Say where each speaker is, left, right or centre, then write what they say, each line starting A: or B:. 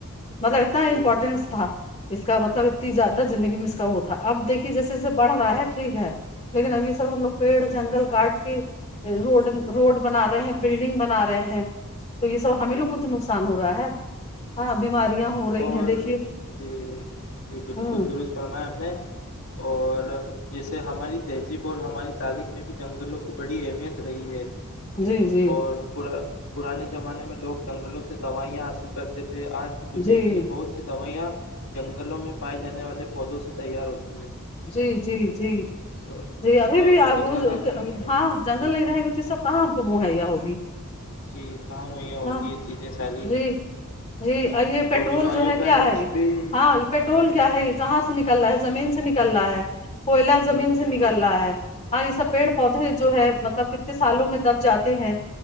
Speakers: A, on the left; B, on the left.
A: مطلب اتنا
B: جی
A: امپورٹینس تھا اس کا مطلب اتنی زیادہ زندگی میں اس کا وہ تھا اب دیکھیے جیسے جیے بڑھ رہا ہے ٹھیک ہے لیکن اب یہ سب ہم لوگ پیڑ جنگل کاٹ کے روڈ روڈ بنا رہے ہیں بلڈنگ بنا رہے ہیں تو یہ سب ہمیں
B: جی
A: لوگ
B: جی
A: کو تو نقصان ہو رہا ہے ہاں
B: جی
A: بیماریاں ہو رہی
B: اور
A: ہیں دیکھیے
B: جی جی بالکل
A: ہوں
B: درست فرمائیا آپ نے اور جیسے ہماری تہذیب اور ہماری تاریخ میں بھی جنگلوں کی بڑی اہمیت رہی ہے
A: جی جی
B: اور پورا پرانے زمانے میں لوگ جنگلوں سے دوائیاں حاصل کرتے تھے آج دنیا
A: جی
B: کی بہت سی دوائیاں جنگلوں میں پائے جانے والے پودوں سے تیار ہوتی ہیں
A: جی جی جی
B: تو
A: جی ابھی
B: تو
A: بھی
B: اگر
A: اب
B: جنگل نہ رہیں گے
A: ہاں جنگل
B: جی
A: نہیں رہیں گے تو یہ سب کہاں ہم کو مہیا ہوگی
B: جی کہاں وہیا ہوگی
A: ہاں
B: چیزیں ساری
A: جی جی یہ پیٹرول
B: اور بیماریوں
A: جو ہے
B: کا
A: کیا
B: علاج
A: ہے
B: بھی
A: ہاں پیٹرول
B: جی
A: کیا ہے یہ کہاں سے نکل رہا ہے زمین سے نکل رہا ہے کوئلہ
B: جی
A: زمین
B: بالکل
A: سے نکل رہا ہے ہاں یہ سب پیڑ پودے جو ہے مطلب کتنے سالوں میں دب جاتے ہیں